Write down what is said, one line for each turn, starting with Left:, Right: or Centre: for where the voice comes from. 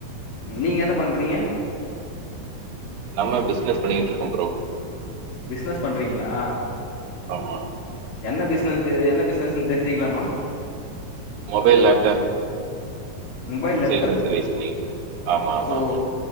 Left: நீங்க என்ன பண்ணுறீங்க
Right: நம்ம பிஸ்னஸ் பண்ணிக்கிட்டு இருகோ ப்ரோ
Left: பிஸ்னஸ் பண்றீங்களா
Right: ஆமா
Left: என்ன பிஸ்னசு தெ. என்ன பிசினஸ்ன்னு தெரிஞ்சுக்கலாமா
Right: mobile laptop
Left: mobile laptop
Right: sales and service பண்ணிக்கிட்டுருக்கோம். ஆமா, ஆமா,
Left: ஓ
Right: ஆமா.